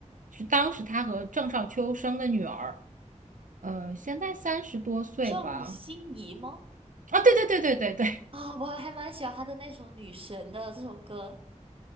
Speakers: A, on the right; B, on the right.
A: 是当时他和郑少秋生的女儿，呃，现在三十多岁吧。
B: 郑欣宜吗？
A: 啊，对对对对对对，
B: 啊、我还蛮喜欢他的那首《女神》的这首歌。